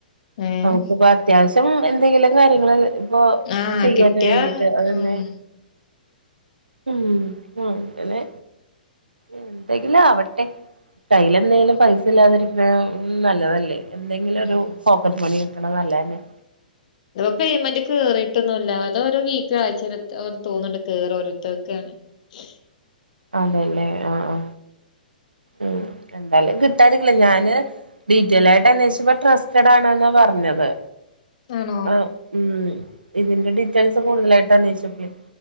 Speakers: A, on the left; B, on the right.
A: ഏഹ്
B: നമുക്കിപ്പ അത്യാവശ്യം എന്തെങ്കിലും കാര്യങ്ങളല്ലേ ഇപ്പൊ
A: ആഹ്
B: ചെയ്യാന്
A: കിട്ടിയാ
B: വേണ്ടിട്ട് അതനെ
A: ഉം
B: ഉം അങ്ങനെ എന്തെങ്കിലും ആവട്ടെ, കയ്യിൽ എന്തെങ്കിലും പൈസ ഇല്ലാതിരിക്കുന്ന ഉം നല്ലതല്ലേ, എന്തെങ്കിലും ഒരു
A: ഉം
B: പോക്കറ്റ് മണി കിട്ടണ് നല്ലതല്ലെ.
A: ഇത് പേയ്മെന്റ് കേറിയിട്ടൊന്നും ഇല്ല അതോരോ വീക്കിലുംആഴ്ച തോന്നുന്നുണ്ട് കേയറ ഓരോര്ത്തര്ക്ക്ങ്ങനെ. <unintelligible>
B: അതെല്ലേ ആ ആ ഉം എന്താലും കിട്ടാനില്ല ഞാന് ഡീറ്റെൽ ആയിട്ട് അന്വേഷിച്ചപ്പ ട്രസ്റ്റഡ് ആണ്ന്നാ പറഞ്ഞത്
A: ആണോ
B: ആ ഉം ഇതിന്റെ ഡീറ്റെയിൽസ് കൂടുതലായിട്ട് അനോഷിച്ചപ്പഴേ